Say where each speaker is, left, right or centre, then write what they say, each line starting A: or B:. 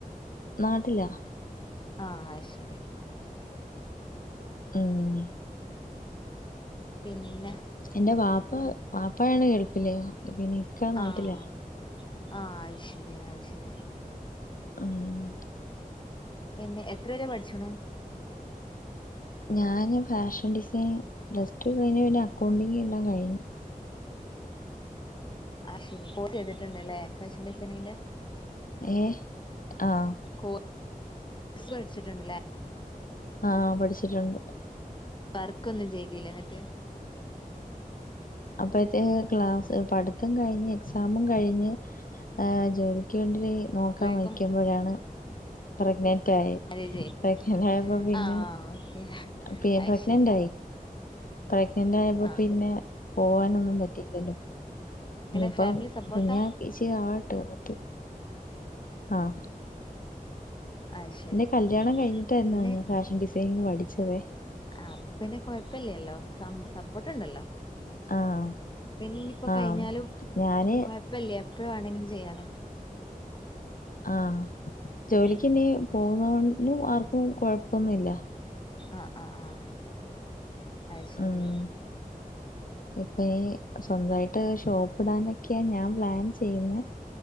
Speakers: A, on the left; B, on the left.
A: നാട്ടിലാ-
B: ആഹ് അയ്ശെരി-
A: ഉം.
B: പിന്ന-
A: എന്റെ വാപ്പ വാപ്പയാണ് ഗൾഫില്- പിന്നെ ഇക്ക നാട്ടില
B: ആഹ് ആഹ് അയ് ശെരിയാ അയ് ശെരി-
A: ആഹ്-
B: പിന്നെ എത്ര വരെ പഠിച്ചുണു?
A: ഞാന് ഫാഷൻ ഡിസൈൻ പ്ലസ് ടു കഴിഞ്ഞ് പിന്നെ അക്കൗണ്ടിങ് എല്ലാം കഴിഞ്ഞു.
B: ആഹ് ശെരി കോഴ്സ് ചെയ്തിട്ടുണ്ടല്ലേ ഫാഷൻ ഡിസൈനിങ്ങിന്റെ?
A: ഏഹ് ആഹ് -
B: കോസ് പഠിച്ചിട്ടുണ്ടല്ലേ?
A: ആഹ് പഠിച്ചിട്ടുണ്ട്.
B: വർക്ക ഒന്നും ചെയ്തില്ല എന്നിട്ട്?
A: അപ്പഴത്തെ ക്ലാസ് പഠിത്തം കഴിഞ്ഞ് എക്സാമും കഴിഞ്ഞ് ജോലി ക്ക് വണ്ടി നോക്കാൻ
B: അപ്പോഴേക്കും
A: മഴിക്കുമ്പോഴാണ് - പ്രഗ്നെന്റ് ആയി
B: മാരേജ് ആയി
A: പ്രഗ്നന്റ് ആയപ്പോ പിന്നെ
B: ആ ഓക്കെ
A: പി
B: അത്
A: പ്രഗ്നന്റ്
B: ശരി
A: ആയി പ്രഗ്നെറ് ആയപ്പോ
B: ആ
A: പിന്നെ പോവാന ഒന്നും പറ്റിയില്ലല്ലോ-
B: ഇങ്ങനെ
A: ഇനിയിപ്പ
B: ഫാമിലി സപ്പോർട്ടാ
A: കുഞ്ഞച്ചി ആവട്ടെ എന്നിട്ട് ആഹ്
B: അത് ശരി
A: എന്റെ കല്യാണം കഴിഞ്ഞിട്ടായിരുന്നു
B: അപ്പൊ പിന്നെ
A: ഞാ ഫാഷൻ ഡിസൈനിങ്ങ് പഠിച്ചതേ-
B: ആഹ് അപ്പൊ പിന്നെ കൊഴപ്പില്ലല്ലോ സപ്പോർട്ട്ണ്ടല്ലോ-
A: ആഹ്
B: പിന്നെ ഇനിയിപ്പോ കഴിഞ്ഞാലും
A: ആഹ് ഞാന്
B: കൊഴപ്പില്ലേ എപ്പഴ വേണെങ്കിലും ചെയ്യാലോ?
A: ആഹ് ജോലിക്ക്
B: ഉം
A: ഇനി പോകുന്ന കൊണ്ടും ആർക്കും കുഴപ്പമൊന്നുമില്ല
B: ആഹ് ആഹ് ആഹ് അശരി
A: ഉം ഇപ്പൊ ഈ സ്വന്തായിട്ട് ഷോപ്പ് ഇടാനൊക്കെയാ ഞാൻ പ്ലാൻ ചെയ്യുന്നേ